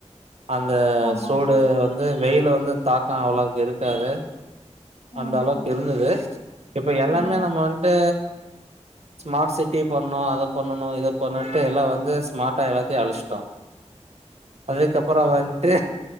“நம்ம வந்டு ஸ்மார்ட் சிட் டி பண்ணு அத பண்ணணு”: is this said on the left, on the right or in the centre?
Right